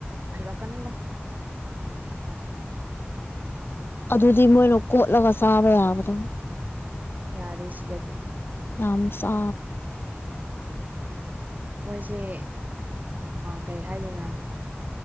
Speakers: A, on the right (about 40°); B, on the left (about 55°).
A: ꯍꯥꯏꯔꯛꯀꯅꯤꯗ
B: ꯑꯗꯨꯗꯤ ꯃꯣꯏꯅ ꯀꯣꯠꯂꯒ ꯆꯥꯕ ꯌꯥꯕꯗ
A: ꯌꯥꯗꯦ ꯁꯤꯗꯗꯤ
B: ꯌꯥꯝ ꯆꯥ
A: ꯃꯣꯏꯁꯦ ꯀꯔꯤ ꯍꯥꯏꯗꯅꯣ